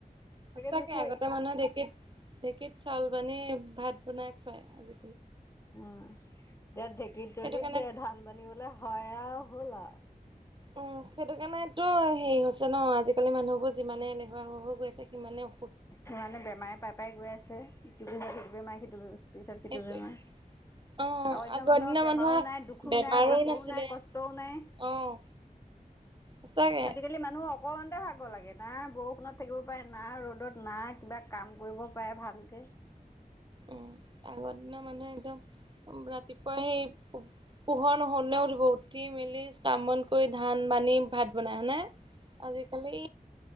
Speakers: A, on the right (about 30°); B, on the left (about 15°).
A: সঁচাকে
B: নুঠেই
A: আগতে মানুহে ঢেঁকীত ঢেঁকীত চাউল বানী। ভাত বনাই খোৱাই আজি।
B: উম দে ঢেকি তো
A: সেইটো
B: দে
A: কাৰণে
B: ধান বানিবলে,। হয়ে আও হ'ল আও।
A: উম, সেইটো কাৰণেতটো হেৰি হৈছে ন। আজিকালি মানুহবোৰ যিমানে এলেহুৱা হৈ হৈ গৈ আছে সিমানেই।
B: সমানে বেমাৰে পাই পাই গৈ আছে। সেইটো পিছত‌‌ সেইটো বেমাৰ সেইটো পিছত সেইটো
A: সেইটোৱে
B: বেমাৰ।
A: অ',
B: অন্য
A: আগৰ
B: মানুহৰ
A: দিনৰ
B: বেমাৰো নাই দুখো
A: বেমাৰো
B: নাই ভাগৰও
A: নাছিলে
B: নাই কষ্টও নাই।
A: অ', সঁচাকে
B: আজিকালি মানুহ। অকণমানতে ভাগ লাগে না বৰষুণত থাকিব পাৰে না ৰ'দত। নাই কিবা কাম কৰিব পাৰে ভালকে।
A: উম, আগৰ দিনা মানুহে একদম ৰাতিপুৱা সেই পোহৰ নহও তেই উঠিব। উঠি মেলি কাম বন কৰি ধান বানি ভাত বনাই হনে। আজি কালি।